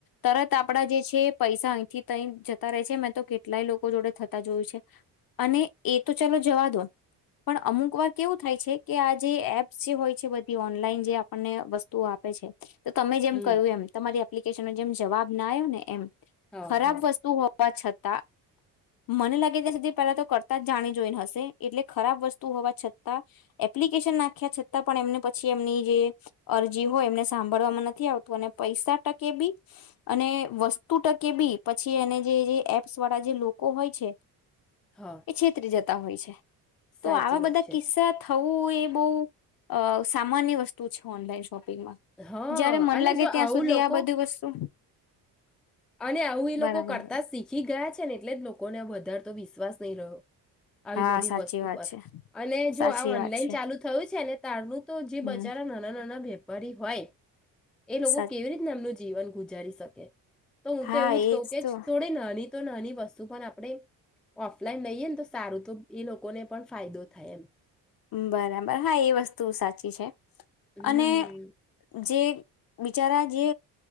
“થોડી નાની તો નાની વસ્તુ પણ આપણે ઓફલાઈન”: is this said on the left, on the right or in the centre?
Centre